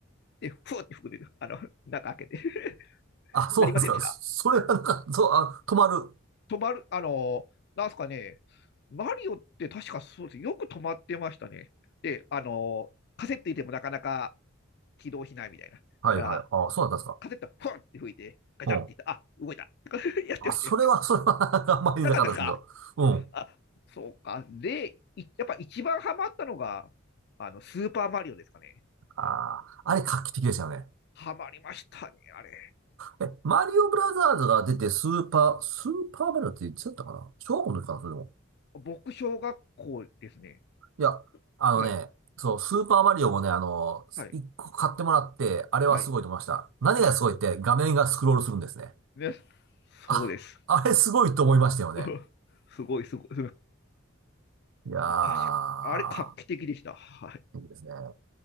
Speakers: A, on the left (about 55°); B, on the right (about 70°).
A: で、ふーって吹く、あの、中開けて、<laughs>
B: あ、そうなんですか。
A: やりません
B: そそれはなんか、そう、あ、止まる。
A: 止まる、あの、なんすかね、マリオって確かそうです。よく止まってましたね。で、あの、カセット入れてもなかなか起動しないみたいな。
B: はいはい。
A: だから、
B: あ、そうだったんですか。
A: カセット、ふわって吹いて、ガチャンっていった、
B: うん。
A: あ、動いた。<laughs> やってましたよ。
B: あ、それは、それは <laughs> あんまりなかったですけど。
A: なかったですか
B: うん。
A: あ、そうか。で、いやっぱ一番ハマったのが、あの、スーパーマリオですかね。
B: ああ、あれ画期的でしたよね。
A: ハマりましたね、あれ。
B: え、マリオブラザーズが出てスーパー、スーパーマリオっていつやったかな小学校の時かな、それでも。
A: 僕、小学校ですね。
B: いや、あのね、
A: はい、
B: そう、スーパーマリオもね、あの、
A: はい、
B: 一個買ってもらって、あれはすごいと思いました。
A: はい、
B: 何がすごいって、
A: はい。
B: 画面がスクロールするんですね。
A: ね、そうです。
B: あ、あれすごいと思いましたよね。
A: <laughs> すごい、すごい。
B: いやー、
A: 確かあれ、画期的でした。はい。
B: いいですね。